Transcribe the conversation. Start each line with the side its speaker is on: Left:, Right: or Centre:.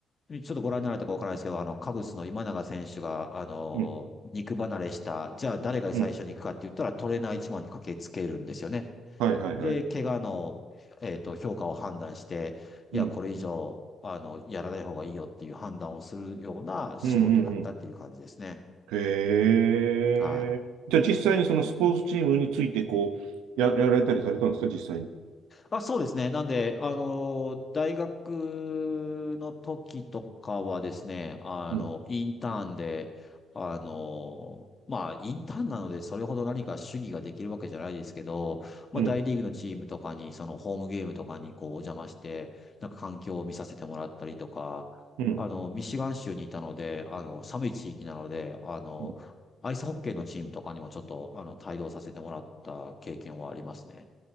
Left: ちょっとご覧になられたかわからないですけど、あの、カブスの今永選手が、あの、
Right: うん、
Left: 肉離れした、じゃあ誰が最初に行くかって言ったら、
Right: うん。
Left: トレーナー一番に駆けつけるんですよね。
Right: はい、はい、
Left: で、
Right: はい。
Left: 怪我の、えっと、評価を判断して、いや、
Right: うん、
Left: これ以上、あの、やらない方がいいよっていう判断をするような仕事だったっていう感じですね。
Right: うん、うん、うん。へえ。
Left: はい。
Right: じゃあ実際にそのスポーツチームについて、こう、や、やられたりされたんですか実際に。
Left: あ、そうですね。なんで、あの、大学の時とかはですね、あの、
Right: うん、
Left: インターンで、あの、まあ、インターンなので、それほど何か主義ができるわけじゃないですけど、まあ、
Right: うん、
Left: 大リーグのチームとかに、そのホームゲームとかにこう、お邪魔して、なんか環境を見させてもらったりとか、
Right: うん。
Left: あの、ミシガン州にいたので、あの、寒い地域なので、あの、
Right: うん
Left: アイスホッケーのチームとかにもちょっと、あの、帯同させてもらった経験はありますね。